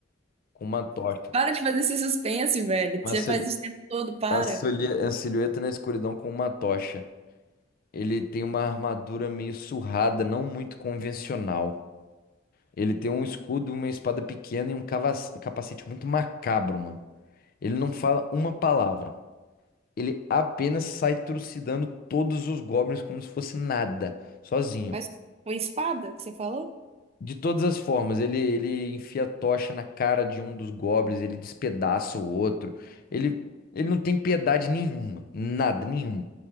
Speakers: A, on the left (about 50°); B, on the right (about 30°).
A: com uma tocha.
B: Para de fazer esse suspense, velho.
A: Uma,
B: Você
A: sil-
B: faz isso o tempo todo, para.
A: A, solhe- a silhueta na escuridão com uma tocha. Ele tem uma armadura meio surrada, não muito convencional. Ele tem um escudo, uma espada pequena e um cava- capacete muito macabro, mano. Ele não fala uma palavra. Ele apenas sai trucidando todos os goblins como se fosse nada, sozinho.
B: Mas com espada que você falou?
A: De todas as formas, ele, ele enfia a tocha na cara de um dos goblins, ele despedaça o outro. Ele, ele não tem piedade nenhuma, nada, nenhuma.